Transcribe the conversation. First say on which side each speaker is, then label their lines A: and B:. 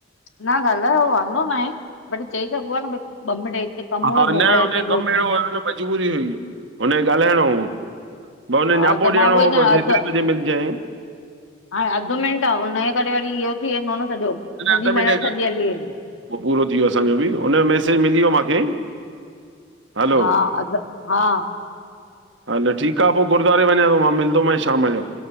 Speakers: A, on the left; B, on the right.
A: न ॻालहायो वांदो न आहे बट चई सघबो आहे न भ ॿ मिंट कमु
B: हा
A: हुयो मोबाइल
B: न
A: हिते
B: हुन जो
A: पियो
B: कमु अहिड़ो
A: थिए
B: हुयो न मजबूरी हुई हुन खे ॻाल्हाइणो हो। बस हुनखे
A: हा
B: न्यापो
A: त
B: ॾियणो
A: मां उहो ई चवां
B: बसि
A: अधु
B: हेतिरे बजे मिलजांइ
A: हाणे अधु मिंट आहे हुनजे करे वरी इहो थी वेंदो न सॼो
B: न
A: सॼी
B: अधु
A: महिनत
B: मिंटे
A: सॼी हली वेंदी
B: पूरो थी वियो असांजो बि हुनजो मैसेज मिली वियो मूंखे हलो
A: हा अघ हा
B: हलो ठीकु आ पो गुरुद्वारे वञा थो मां मिलंदोमांइ शाम जो